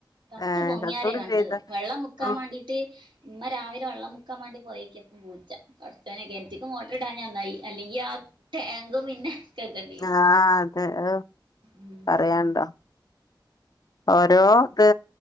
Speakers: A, on the right; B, on the left.
A: ത്ത്
B: ഏഹ്
A: പൊങ്ങയാരെ
B: ചത്തൂടും
A: കണ്ടത്
B: ചെയ്ത്
A: വെള്ളം മുക്കാൻ
B: ഉം
A: മാണ്ടീട്ട് ഇമ്മ രാവിലെ വെള്ളം മുക്കാൻ വേണ്ടി പോയേക്കപ്പ പൂച്ച ചോനെ കെൻറ്റ്ക്ക് മോട്ടർ ഇടാഞ്ഞ നന്നായി അല്ലെങ്കി ആ ടേങ്കും പിന്നെ കേക്കണ്ടീനി
B: ആഹ് അതെ അഹ്
A: ഉം
B: പറയണ്ടോ ഓരോ ഇത്